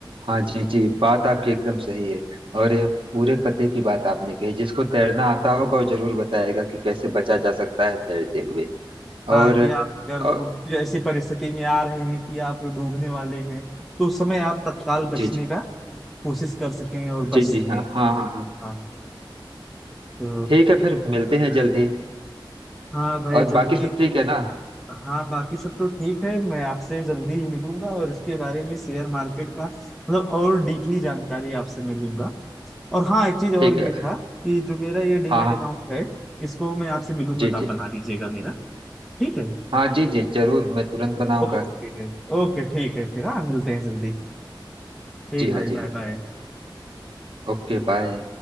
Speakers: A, on the right (about 90°); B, in the centre.
A: हाँ जी जी बात आपकी एकदम सही है और यह पूरे पते की बात आपने कही जिसको तैरना आता होगा वो जरूर बताएगा कि कैसे बचा जा सकता है तैरते हुए
B: हाँ
A: और
B: कि आप अगर
A: और
B: उ- ऐसी परिस्थिति में आ रहे हैं कि आप डूबने वाले हैं तो उस समय आप तत्काल बचने
A: जी जी
B: का कोशिश कर सकें और बच
A: जी
B: सकें
A: जी हाँ हाँ हाँ हाँ
B: हाँ तो
A: ठीक है फिर मिलते हैं जल्दी
B: हाँ भाई
A: और
B: जल्दी
A: बाकी सब ठीक है ना
B: हाँ बाकी सब तो ठीक है मैं आपसे जल्दी ही मिलूंगा और इसके बारे में शेयर मार्केट का मतलब और डीपली जानकारी आपसे मिलूंगा और हाँ एक चीज और
A: ठीक है
B: ये था कि जो मेरा ये डीमेट
A: हाँ हाँ
B: अकाउंट है इसको मैं आपसे मिलूंगा
A: जी
B: तो आप
A: जी
B: बना दीजिएगा मेरा ठीक है
A: हाँ जी जी जरूर मैं तुरंत बनाऊंगा
B: ओके ओके ठीक है फिर हाँ मिलते हैं जल्दी ठीक
A: जी हाँ
B: भाई
A: जी
B: बाय
A: हाँ
B: बाय
A: Okay bye